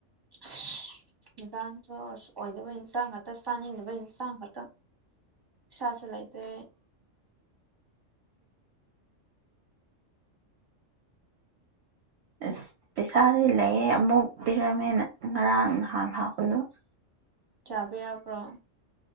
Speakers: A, on the right; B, on the right.
A: ꯑꯁ ꯌꯦꯟꯁꯥꯡꯁꯨ ꯑꯁ ꯑꯣꯏꯗꯕ ꯏꯟꯁꯥꯡ ꯉꯥꯛꯇ ꯆꯥꯅꯤꯡꯗꯕ ꯏꯟꯁꯥꯡ ꯉꯥꯛꯇ ꯄꯩꯁꯥꯁꯨ ꯂꯩꯇ꯭ꯔꯦ
B: ꯑꯁ ꯄꯩꯁꯥꯗꯤ ꯂꯩꯌꯦ ꯑꯃꯨꯛ ꯄꯤꯔꯝꯃꯦ ꯉꯔꯥꯡ ꯅꯍꯥꯟ ꯂꯥꯛꯄꯗꯣ
A: ꯀ꯭ꯌꯥ ꯄꯤꯔꯛꯄ꯭ꯔꯣ